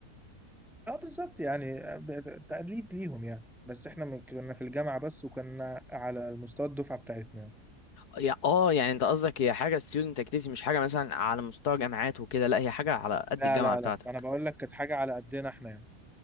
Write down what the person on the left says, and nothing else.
يا اه يعني انت قصدك هي حاجه ستودنت اكتيفيتي مش حاجه مثلا على مستوى جامعات وكده لا هي حاجه على قد
الجامعه
بتاعتك